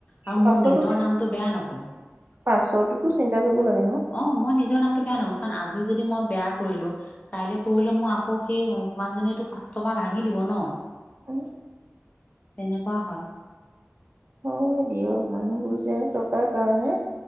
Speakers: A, on the left (about 35°); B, on the right (about 50°).
A: আৰু
B: পাছতো
A: মোৰ নিজৰ নামতো বেয়া নকৰো
B: পাছৰটোতো চিন্তা কৰিব লাগে ন
A: অ মই নিজৰ নামতো বেয়া ন কাৰণ আজি যদি মই বেয়া কৰিলো কাইলৈ পঢ়িলে মই আকৌ আকৌ সেই মানুহজনীয়েটো কাষ্টমাৰ ভাঙি দিব ন
B: আহ
A: তেনেকুৱা হয়
B: হয় দিয়ক মানুহবোৰ যে আৰু টকাৰ কাৰণে